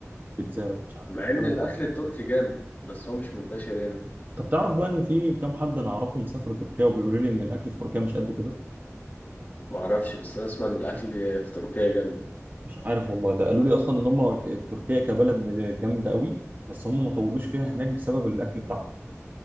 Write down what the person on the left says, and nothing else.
مع
ان الاكل
التركي جامد بس هو مش منتشر هنا
ما اعرفش بس انا اسمع ان الاكل في تركيا جامد